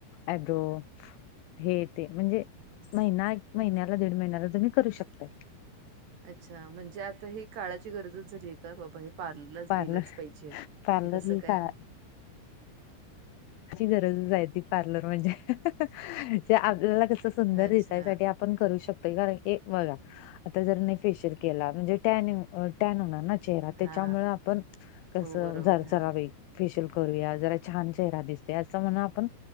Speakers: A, on the left; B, on the right.
A: एब्रो हे ते म्हणजे महिना एक महिन्याला दीड महिन्याला तुम्ही करू शकताय.
B: अच्छा! म्हणजे आता ह काळाची गरजच झालीय आहे का बाबा हे पार्लर
A: पार्लर
B: गेलंच पाहिजे,
A: पार्लर
B: हे कस
A: ही
B: काय.
A: का ची गरजच आहे ती पार्लर म्हणजे, आपल्याला कस सुंदर
B: अच्छा
A: दिसासाठी आपण करू शकतो. कारण बघा आता जर नाही फेशियल केला म्हणजे टनिंग, अ टॅन होणार ना चेहरा त्याच्यामुळे
B: हा
A: आपण कसं
B: हो बरोबर
A: झर
B: हा.
A: चरावे, फेशियल करूया, जरा छान चेहरा दिसते, असं म्हण आपण